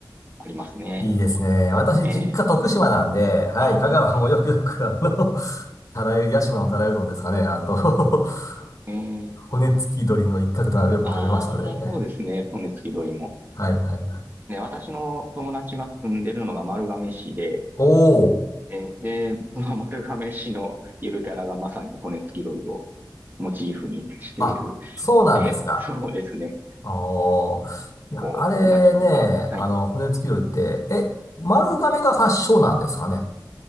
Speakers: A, on the right; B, on the left.
A: ありますね。
B: いいですね。私、
A: ええ
B: 実家徳島なんで、はい、
A: ああ、
B: 香川もよくよく、
A: そうなんですね。
B: あの、<laughs> たらゆ、屋島のたらいうどんですかね。あと <laughs>
A: ええ
B: 骨付き鶏の一角とかよく食べましたね。
A: ああ、そうですね。骨付き鳥も。
B: はいはい。
A: で、私の友達が住んでるのが丸亀市で、
B: おお。
A: え、で、その <laughs> 丸亀市のゆるキャラがまさに骨付き鳥をモチーフにしている。
B: あ、そうなんですか。
A: で、<laughs> そうですね。
B: おー。いや、
A: こう、
B: あれね、
A: 馴染みが。はい。
B: あの、骨付き鳥って、え、丸亀が発祥なんですかね